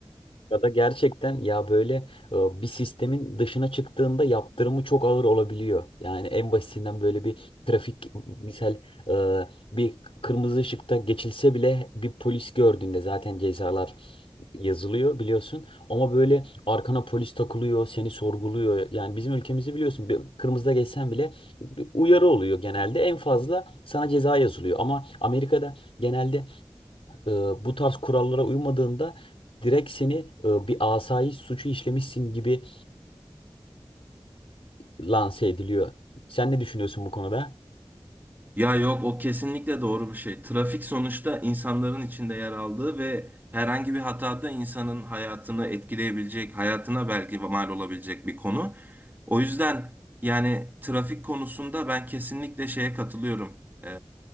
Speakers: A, on the left (about 70°); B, on the right (about 20°).
A: Ya da gerçekten ya böyle e, bir sistemin dışına çıktığında yaptırımı çok ağır olabiliyor. Yani en basitinden böyle bir trafik misal e, bir kırmızı ışıkta geçilse bile bir polis gördüğünde zaten cezalar yazılıyor biliyorsun. Ama böyle arkana polis takılıyor, seni sorguluyor. Yani bizim ülkemizde biliyorsun bir kırmızıda geçsen bile bir uyarı oluyor genelde. En fazla sana ceza yazılıyor. Ama Amerika'da genelde e, bu tarz kurallara uymadığında direkt seni e, bir asayiş suçu işlemişsin gibi lanse ediliyor. Sen ne düşünüyorsun bu konuda?
B: Ya yok o kesinlikle doğru bir şey. Trafik sonuçta insanların içinde yer aldığı ve herhangi bir hatada insanın hayatını etkileyebilecek, hayatına belki mal olabilecek bir konu. O yüzden yani trafik konusunda ben kesinlikle şeye katılıyorum. Ee,